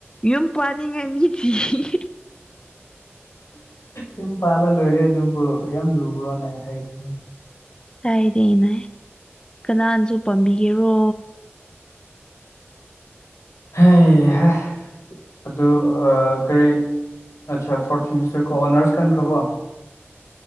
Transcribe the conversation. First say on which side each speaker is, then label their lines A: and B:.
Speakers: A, on the left; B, on the left.
A: ꯌꯨꯝ ꯄꯥꯟꯅꯤꯡꯉꯥꯏ ꯃꯤ ꯊꯤꯔꯤ
B: ꯌꯨꯝ ꯄꯥꯜꯂ ꯂꯣꯏꯔꯦ ꯑꯗꯨꯕꯨ ꯌꯥꯝ ꯂꯨꯕ꯭ꯔꯣꯅꯦ ꯍꯥꯏꯗꯤ
A: ꯍꯥꯏꯗꯦꯅꯦ ꯀꯅꯥꯅꯁꯨ ꯄꯥꯝꯕꯤꯒꯦꯔꯣ
B: ꯍꯦ ꯍꯦ ꯑꯗꯨ ꯀꯔꯤ ꯑꯆꯥ ꯐꯣꯔꯠ ꯁꯃꯤꯁꯇꯔꯀꯣ ꯑꯣꯅꯔꯁ ꯈꯜꯈꯔꯕꯣ